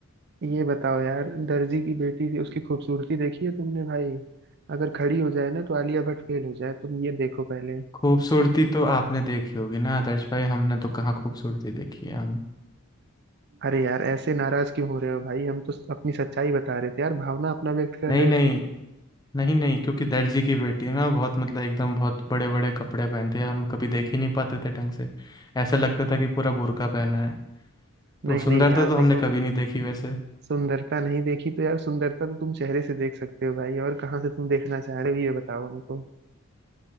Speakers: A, on the right; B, on the left.
A: ये बताओ यार दर्जी की बेटी थी उसकी खूबसूरती देखी है तुमने भाई अगर खड़ी हो जाए ना तो आलिया भट्ट फेल हो जाए तुम ये देखो पहले
B: खूबसूरती तो आपने देखी होगी ना आदर्श भाई हमने तो कहाँ खूबसूरती देखी है हम
A: अरे यार ऐसे नाराज क्यों हो रहे हो भाई हम तो अपनी सच्चाई बता रहे थे यार भावना अपना व्यक्त कर
B: नहीं
A: रहे
B: नहीं
A: थे
B: नहीं नहीं क्योंकि दर्जी की बेटी है ना बहुत मतलब एकदम बहुत बड़े बड़े कपड़े पहनती है हम कभी देख ही नहीं पाते थे ढंग से ऐसा लगता था कि पूरा बुर्का पहना है
A: नहीं
B: तो सुंदरता
A: नहीं यार
B: तो
A: देखो
B: हमने कभी नहीं देखी वैसे
A: सुंदरता नहीं देखी तो यार सुंदरता तो तुम चेहरे से देख सकते हो भाई और कहाँ से तुम देखना चाह रहे हो ये बताओ हमको